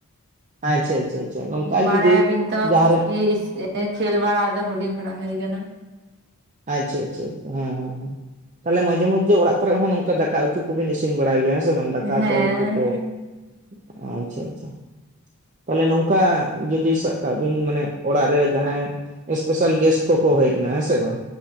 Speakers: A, on the right (about 35°); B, on the right (about 50°).
A: ᱟᱪᱪᱷᱟ ᱟᱪᱪᱷᱟ ᱟᱪᱪᱷᱟ ᱱᱚᱝᱠᱟ
B: ᱵᱟᱲᱟᱭᱟᱵᱤᱱ
A: ᱡᱩᱫᱤ
B: ᱛᱚ
A: ᱡᱟᱦᱟᱸᱨᱮ
B: ᱤᱥ ᱮ ᱠᱷᱮᱞ ᱵᱟᱲᱟ ᱫᱚ ᱦᱩᱰᱤᱝ ᱠᱷᱚᱱᱟᱜ ᱦᱩᱭ ᱟᱠᱟᱱᱟ ᱾
A: ᱟᱪᱪᱷᱟ ᱟᱪᱷᱟ ᱦᱮᱸ ᱦᱮᱸᱦᱮᱸ ᱛᱟᱦᱚᱞᱮ ᱢᱟᱡᱷᱮ ᱢᱚᱫᱽᱷᱮ ᱚᱲᱟᱜ ᱚᱲᱟᱜ ᱠᱚᱨᱮ ᱦᱚᱸ ᱱᱚᱝᱠᱟ ᱫᱟᱠᱟ ᱩᱛᱩ ᱠᱚᱵᱤᱱ ᱤᱥᱤᱱ ᱵᱟᱲᱟᱭ ᱜᱮᱭᱟ ᱦᱮᱸ ᱥᱮ ᱵᱟᱝ ᱫᱟᱠᱟ
B: ᱦᱮᱸ
A: ᱠᱚ ᱩᱛᱩ ᱠᱚ ᱾ ᱟᱪᱪᱷᱟ ᱟᱪᱪᱷᱟ ᱾ ᱛᱟᱦᱚᱞᱮ ᱱᱚᱝᱠᱟ ᱡᱩᱫᱤ ᱥᱟᱵ ᱠᱟᱜ ᱵᱤᱱ ᱢᱟᱱᱮ ᱚᱲᱟᱜ ᱨᱮ ᱡᱟᱦᱟᱸᱭ ᱥᱯᱮᱥᱟᱞ ᱜᱮᱥᱴ ᱠᱚᱠᱚ ᱦᱮᱡ ᱮᱱᱟ ᱦᱮᱸ ᱥᱮ ᱵᱟᱝ